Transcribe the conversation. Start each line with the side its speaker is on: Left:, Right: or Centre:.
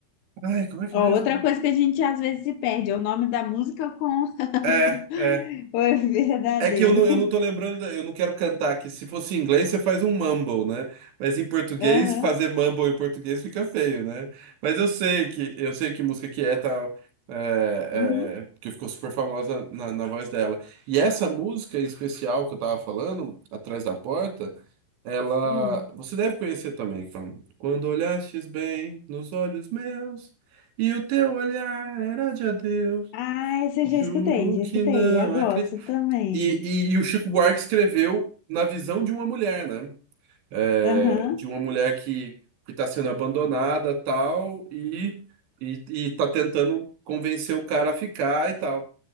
Right: Ai, como é que
Left: ó,
Right: é mesmo?
Left: outra coisa que a gente às vezes se perde é o nome da música com <laughs>
Right: É, é.
Left: o verdadeiro.
Right: É que eu não, eu não tô lembrando, da- eu não quero cantar, que se fosse em inglês você faz um mumble, né? Mas em português,
Left: Aham,
Right: fazer mumble em português fica feio, né? Mas eu sei que eu sei que música que é, tal é,
Left: uhum,
Right: é, porque ficou super famosa na, na voz dela. E essa música em especial que eu tava falando, Atrás da Porta, ela.
Left: hum.
Right: Você deve conhecer também, fam. Quando olhastes bem nos olhos meus, e o teu olhar era de adeus.
Left: Ah, esse eu
Right: Juro
Left: já escutei, já
Right: que
Left: escutei.
Right: não
Left: Eu gosto também.
Right: e, e, e o Chico Buarque escreveu na visão de uma mulher, né? É,
Left: Aham.
Right: de uma mulher que que está sendo abandonada, tal, e, e, e tá tentando convencer o cara a ficar e tal.